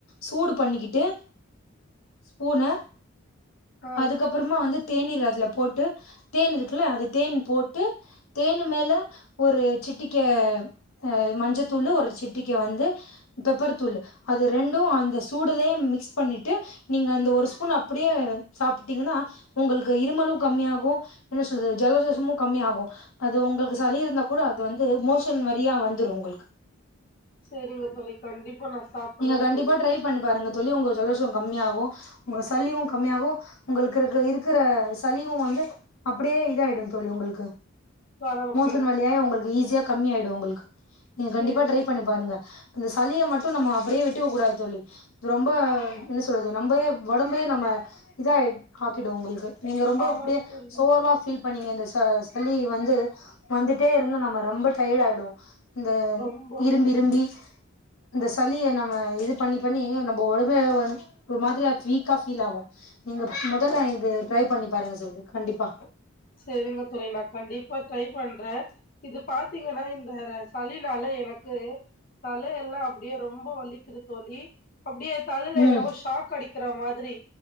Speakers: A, on the left; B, on the left.
A: சூடு பண்ணிக்கிட்டு ஸ்பூன
B: ஆ
A: அதுக்கப்புறமா வந்து தேநீர் அதுல போட்டு தேன் இருக்குல்ல அது தேன் போட்டு தேனு மேல ஒரு சிட்டிக்கே அ மஞ்சத்தூளு ஒரு சிட்டிக வந்து பெப்பர் தூளு அது ரெண்டு அந்த சூடலே மிக்ஸ் பண்ணிட்டு நீங்க அந்த ஒரு ஸ்பூனு அப்புடே சாப்ட்டீங்ன்னா உங்கள்க்கு இருமலு கம்மியாகு ஓ என்ன சொல்றது ஜலதோசமு கம்மியாகு அது உங்களுக்கு சளி இருந்தா கூட அது வந்து மோஷன் வழியா வந்துரு உங்களுக்கு
B: சேரிங்க தோழி கண்டிப்பா நா சாப்புட்றே
A: நீங்க கண்டிப்பா
B: தோழி
A: ட்ரை பண்ணி பாருங்க தோழி உங்க ஜலதோஷ கம்மியாகு உங்க சளியு கம்மியாகு உங்களுக்கு இருக்க இருக்கிற சளியு வந்து அப்படியே இதாயிடும் தோழி உங்களுக்கு
B: காணாம
A: மோசன்
B: போயிடு
A: வழியா உங்களுக்கு ஈசி ஜி கம்மியாயிடும் உங்களுக்கு நீங்க
B: செரிங்க
A: கண்டிப்பா ட்ரை பண்ணி
B: தோழி
A: பாருங்க அந்த சளியை மட் இப்ப நாம அப்படியே விட்டுவைக்க கூடாது தோழி ரொம்ப என்ன சொல்றது நம்ப உடம்பையே நம்ம இதாக் ஆக்கிடும் உங்களுக்கு நீங்க ரொம்ப
B: ஆமா
A: இப்படியே
B: தோழி
A: சோர்வா ஃபீல் பண்ணீங்க இந்த ச் அ சளி வந்து வந்துட்டே இருந்தா நம்ம ரொம்ப டயர்ட் ஆயடுவோ இந்த
B: ரொம்ப
A: இரும்பிஇரும்பி இந்த சளிய நா இது பண்ணி பண்ணி நம்ம உடம்பே ஒரு மாதிரியா வீக்கா ஃபீல் ஆகும் நீங்க முதல்ல இது ட்ரை பண்ணி பாருங்க தோழி கண்டிப்பா
B: சேரிங்க தோழி நா கண்டிப்பா ட்ரை பண்றே இது பாத்தீங்கன்னா இந்த சளி நாலே எனக்கு தலயெல்லாம் அப்படியே ரொம்ப வலி க்குது தோழி அப்படியே தலைல
A: ம்
B: என்னவோ ஷாக் அடிக்கிற மாதிரி